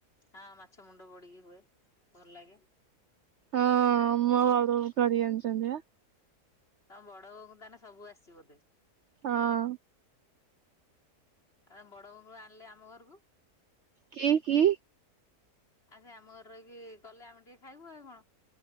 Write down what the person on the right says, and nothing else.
ହଁ ମୋ ବୋଉ କରି ଯାଣିଛନ୍ତି ବା।
ହଁ।
କିଏ କି?